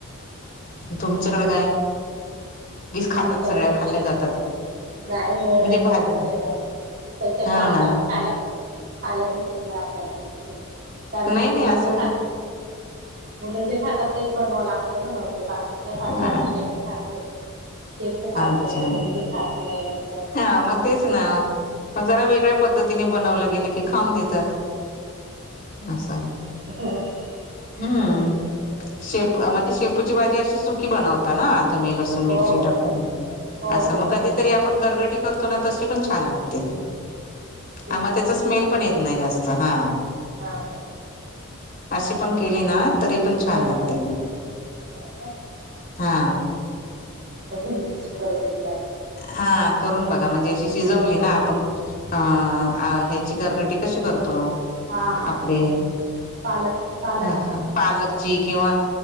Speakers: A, on the left (about 40°); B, on the right (about 50°).
A: तुमच्याकडे काय गीस खातात
B: आमच्याकडे
A: सगळ्या खाल्ल्या जातात.
B: नाही मुलं
A: म्हणजे
B: नाहीत
A: भाजी
B: खात सगळ्या भाज्या त्यांच्यामुळे
A: हा
B: आम्हाला
A: ना
B: पण खायला खायला भेटतत नाही आपल्याला पण. कारण
A: नाही
B: ते
A: नाही
B: मुलं
A: असं
B: जे खातात मुलं जे खातात तेच बनवाव लागत ना मग ते दुसऱ्या भाजी
A: हा
B: काही काही खात नाही शेपू खात
A: अच्छा
B: नाही भेंडी खात नाही असं असतं
A: हा
B: ना.
A: मग तेच ना मग जरा वेगळ्या पद्धतीने बनवलं क खाऊन देतात अस
B: <unintelligible>
A: हम्म
B: बरोबर
A: शेप म्हणजे शेपूची भाजी अशी सुकी बनवता ना लसून
B: हो
A: मिरची टाकून
B: हो
A: अस
B: हो हो
A: मग कधीतरी आपण गरगट करतो ना तशी पण छान लागते.
B: शेपूची
A: आ मग त्याचा
B: भाजी
A: स्मेल
B: का
A: पण येत नाही जास्त हा
B: हा हा
A: अशी पण केली ना तरी पण छान
B: हम्म
A: लागते
B: हम्म.
A: म
B: हो का
A: हा
B: बघील मी तशी करून एक
A: हा करून बघा म्हणजे अशी शिजवली
B: हो
A: ना आपण अ ह्याची कर्गटी कशी करतो
B: हा हा
A: आपले
B: पालक पालकची
A: ह पालक ची किंवा